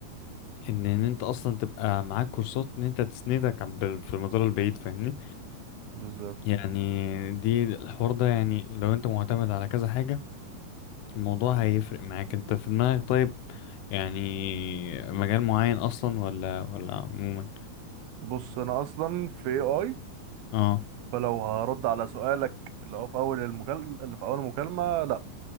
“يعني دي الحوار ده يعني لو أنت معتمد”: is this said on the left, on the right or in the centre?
Left